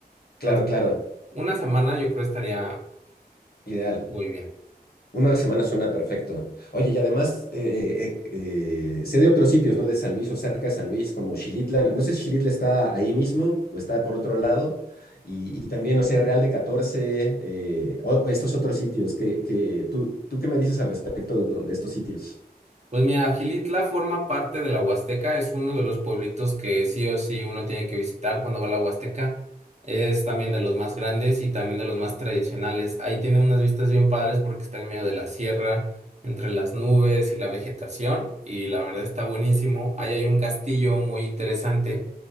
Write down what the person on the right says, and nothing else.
Entonces,
una semana yo creo estaría
muy bien.
Pues mira, Gilitla forma parte de la Huasteca, es uno de los pueblitos que sí o sí uno tiene que visitar cuando va a la Huasteca. Es también de los más grandes y también de los más tradicionales. Ahí tiene unas vistas bien padres porque está en medio de la sierra, entre las nubes y la vegetación, y la verdad está buenísimo. Ahí hay un castillo muy interesante,